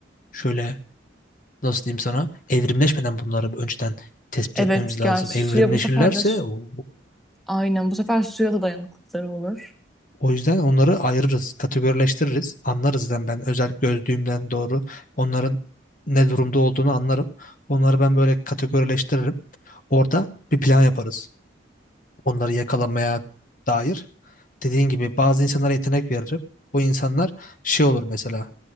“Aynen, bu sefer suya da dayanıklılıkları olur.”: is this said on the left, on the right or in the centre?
Centre